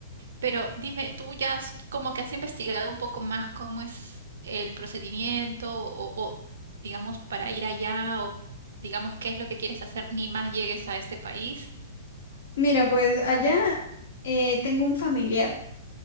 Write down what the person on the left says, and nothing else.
Mira, pues allá eh, tengo un familiar